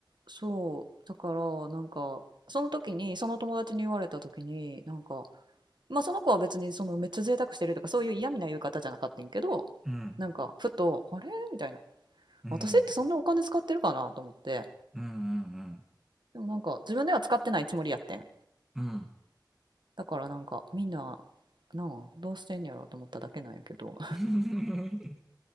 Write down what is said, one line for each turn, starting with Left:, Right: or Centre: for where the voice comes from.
Right: そう、だから、なんか、その時に、その友達に言われた時に、なんか、まあその子は別にそのめっちゃ贅沢してるとかそういう嫌味な言い方じゃなかったんやけど
Centre: うん、
Right: なんかふと「あれ?」みたいな
Centre: うん、
Right: 「私ってそんなお金使ってるかな?」と思って
Centre: うん、うん、うん。
Right: でもなんか自分では使ってないつもりやってん
Centre: うん
Right: だからなんかみんななあどうしてんやろうと思っただけなんやけど
Centre: <laughs>